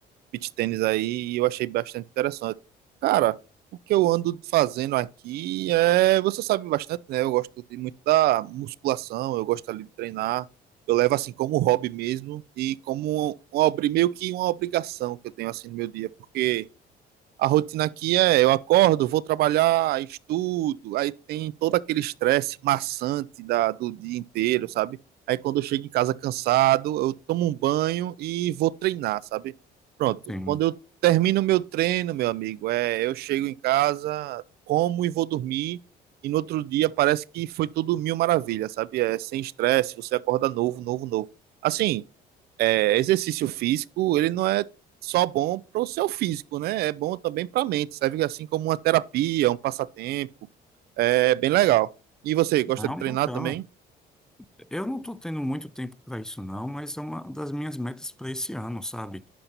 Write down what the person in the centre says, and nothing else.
sim.
Não,
bacana.
Eu não estou tendo muito tempo para isso, não, mas é uma das minhas metas para esse ano, sabe?